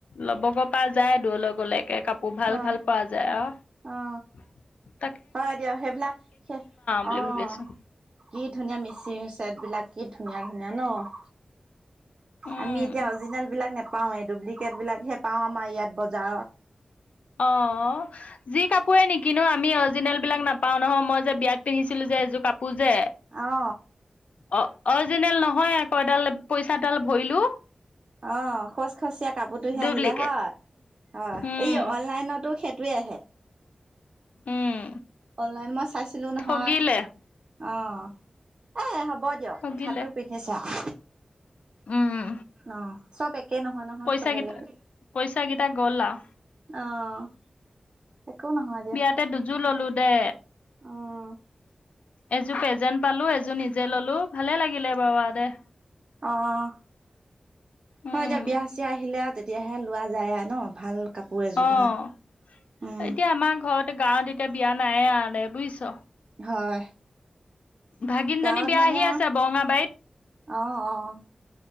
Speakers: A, on the left; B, on the right.
A: ল'বগে পৰা যায় দূৰলৈ গ'লেকে কাপোৰ। কৌ ভাল
B: হয়
A: ভাল পোৱা যায় আহ।
B: অ হয় দিয়ক সেইবিলাক
A: বুলি
B: অ',
A: ভাবি আছো
B: কি ধুনীয়া মিস্ৰী চেট বিলাক কি ধুনীয়া ধুনীয়া ন'।
A: উম
B: আমি এতিয়া অৰিজিনেল বিলাক নেপাওৱে ডুপ্লিকেট বিলাকহে পাও আমাৰ ইয়াত বজাৰত।
A: অ', যি কাপোৰে নিকিনো আমি অৰিজিনেল বিলাক নাপাও নহয় মই যে বিয়াত পিন্ধিছিলো যে এযোৰ কাপোৰ পূজে
B: অ
A: অ', অৰিজিনেল নহয় আকৌ এডাল পইচা ডাল ভৰিলো।
B: অ', খচ খচীয়াা কাপোৰটোহে
A: ডুপ্লিকেট
B: আহিলে হয় অ
A: উম
B: এই অনলাইনত টো সেইটোৱে আহে।
A: উম
B: অনলাইন মই চাইছিলো নহয়
A: ঠগিলে
B: অ'। এই হ'ব দিয়ক
A: ঠগিলে
B: তথাপিও পিন্ধিছো আৰু।
A: উম।
B: অ', চব একেই নহয় নহয়
A: পইচা
B: চব বেলেগ
A: কেইটা
B: বেলেগ।
A: পইচা কেইটা গ'ল আও
B: অ'। একো নহয় দিয়ক
A: বিয়াতে দুযোৰ ললো দে।
B: অ'।
A: এযোৰ প্ৰেজেণ্ট পালো এযোৰ নিজে ললো ভালে লাগিলে বাৰু দে।
B: অ'। হয়
A: উম
B: যদিয়ক বিয়া চিয়া আহিলে। তেতিয়াহে লোৱা যায় আৰু ন', ভাল কাপোৰ এযোৰ
A: অ',
B: ধৰ উম
A: এতিয়া আমাৰ ঘৰত গাঁৱত এতিয়া বিয়া নাই আ দে বুজিছ।
B: হয়
A: ভাগিনজনী
B: গাঁৱত
A: বিয়া
B: মানে
A: আহি আছে বৰঙাবাৰীত
B: অহ অ অ